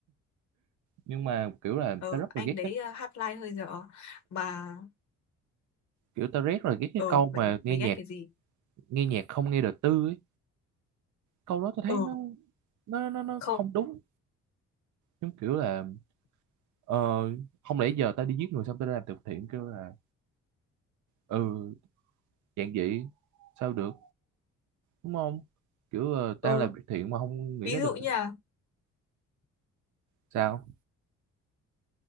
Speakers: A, on the right; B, on the left.
A: nhưng mà kiểu là
B: ờ
A: tao rất
B: anh
A: là ghét
B: đấy
A: cái
B: ờ, hát live hơi dở mà
A: kiểu tao rất là ghét
B: ờ
A: cái câu
B: mày
A: mà nghe
B: mày
A: nhạc
B: ghét cái gì
A: nghe nhạc không nghe đời tư ấy câu đó tao thấy
B: ừ
A: nó nó nó nó
B: không
A: không đúng giống kiểu là ờ, không lẽ giờ tao đi giết người xong tao đi làm từ thiện kêu là ừ dạng vậy sao được đúng không kiểu ờ,
B: ừ
A: tao làm việc thiện mà không nghĩ
B: ví
A: nó
B: dụ
A: được
B: như là
A: sao